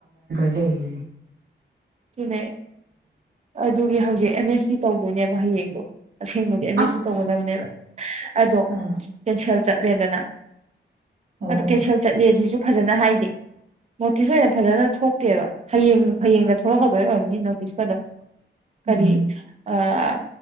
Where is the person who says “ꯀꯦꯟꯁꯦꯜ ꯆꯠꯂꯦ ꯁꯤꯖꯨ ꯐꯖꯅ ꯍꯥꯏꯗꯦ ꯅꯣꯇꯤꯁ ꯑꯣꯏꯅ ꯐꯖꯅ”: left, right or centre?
Right